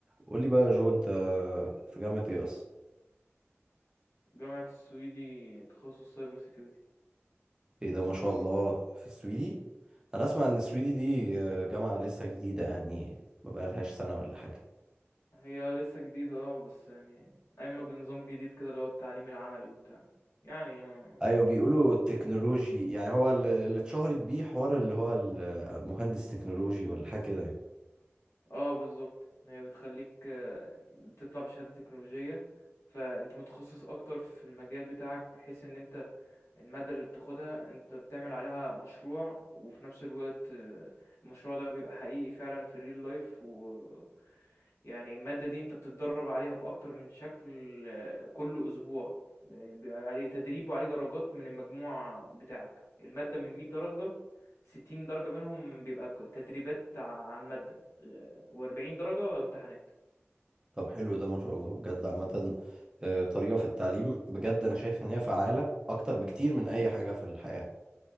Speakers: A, on the right; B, on the left.
A: قول لي بقى يا جو انت في جامعة ايه اصلا
B: جامعة السويدي تخصص سايبر سيكيورتي
A: ايه ده ما شاء الله في السويدي انا اسمع ان السويدي دي آه، جامعة لسه جديدة يعني ما بقالهاش سنة ولا حاجة
B: هي لسه جديدة اه بس يعني أما بنظام جديد كده اللي هو التعليم العملي وبتاع يعني ما...
A: ايوه بيقولوا التكنولوجي يعني هو اللي اللي اتشهرت بيه حوار اللي هو المهندس تكنولوجي ولا حاجة كده يعني
B: اه بالظبط هي بتخليك آه، بتطلع بشهادة تكنولوجية فأنت متخصص أكتر في المجال بتاعك بحيث إن أنت المادة اللي بتاخدها أنت بتعمل عليها مشروع وفي نفس الوقت آه، المشروع ده بيبقى حقيقي فعلا في الريل لايف و يعني المادة دي أنت بتتدرب عليها بأكتر من شكل آه، كل أسبوع بيبقى عليه تدريب وعليه درجات من المجموع بتاعك المادة من 100 درجة 60 درجة منهم بيبقى ك- تدريبات ع- عن مادة و40 درجة امتحانات
A: طب حلو ده ما شاء الله بجد عامة آه، طريقة في التعليم بجد انا شايف ان هي فعالة اكتر بكتير من اي حاجة في الحياة